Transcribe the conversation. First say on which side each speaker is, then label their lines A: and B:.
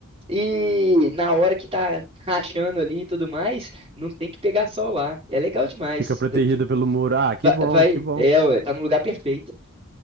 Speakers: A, on the right (about 25°); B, on the right (about 45°).
A: E na hora que tá rachando ali e tudo mais, não tem que pegar sol lá. É legal demais.
B: Fica protegida
A: D- d-
B: pelo muro. Ah, que
A: va-
B: bom,
A: Vai,
B: que bom.
A: é, ué, tá no lugar perfeito.